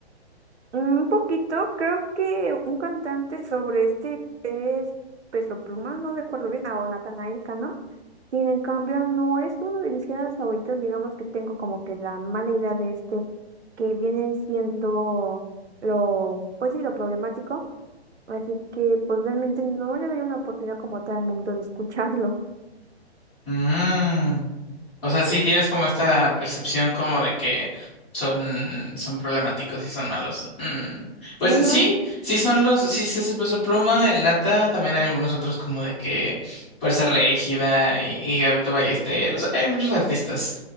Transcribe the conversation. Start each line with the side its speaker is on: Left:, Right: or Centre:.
Right: Un poquito, creo que un cantante sobre este es Peso Pluma, no recuerdo bien, ah, o Natanael Cano. Sin en cambio, no es uno de mis géneros favoritos, digamos que tengo como que la mala idea de este, que vienen siendo lo, pues sí, lo problemático. Así que pues realmente no le doy una oportunidad como tal al momento de escucharlo.
Left: Mm. O sea, sí tienes como esta percepción como de que son, son problemáticos y son malos. Mm. Pues
Right: Ujú.
Left: sí, sí son los, sí, sí es el peso pluma, el nata, también hay algunos otros como de que Fuerza Régida y, y Gabito Ballesteros, hay muchos artistas.